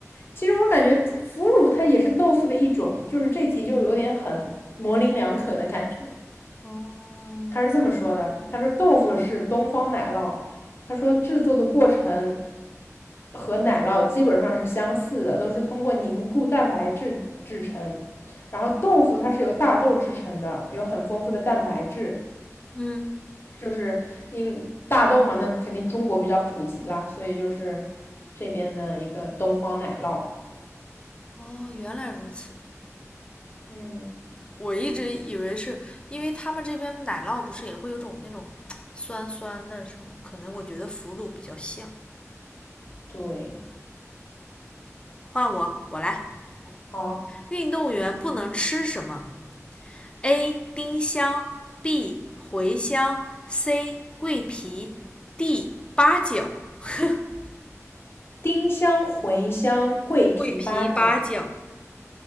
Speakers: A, on the left (about 45°); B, on the left (about 20°).
A: 其实我感觉腐乳它也是豆腐的一种，就是这题就有点很模棱两可的感觉。
B: 哦
A: 他是这么说的：他说豆腐是东方奶酪，他说制作的过程和奶酪基本上是相似的，都是通过凝固蛋白质制成。然后豆腐它是由大豆制成的，有很丰富的蛋白质。
B: 嗯，
A: 就是因大豆嘛，那肯定中国比较普及啦，所以就是这边的一个东方奶酪。
B: 哦，原来如此。
A: 嗯，
B: 我一直以为是因为他们这边奶酪不是也会有种那种酸酸的什么，可能我觉得腐乳比较像。
A: 对，
B: 换我，我来。
A: 好，
B: 运动员不能吃什么？A. 丁香 B. 茴香 C. 桂皮 D. 八角。<laughs>
A: 丁香、茴香、桂皮、
B: 桂皮、
A: 八角，
B: 八角。